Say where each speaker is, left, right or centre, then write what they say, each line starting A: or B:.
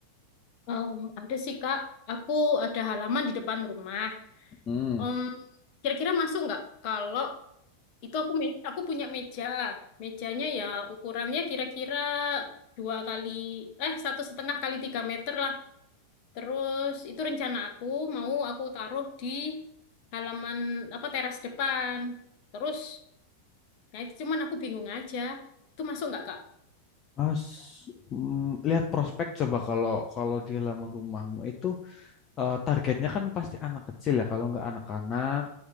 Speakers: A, on the left; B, on the left.
A: Em, ada sih Kak. Aku ada halaman di depan rumah.
B: Hmm.
A: Om, kira-kira masuk nggak kalau itu aku me- aku punya meja, mejanya ya ukurannya kira-kira dua kali eh satu setengah kali tiga meter lah. Terus itu rencana aku mau aku taruh di halaman apa teras depan. Terus, nah itu cuman aku bingung aja. Itu masuk nggak Kak?
B: Mas, mm, lihat prospek coba kalau kalau di halaman rumahmu itu eh, targetnya kan pasti anak kecil ya kalau nggak anak-anak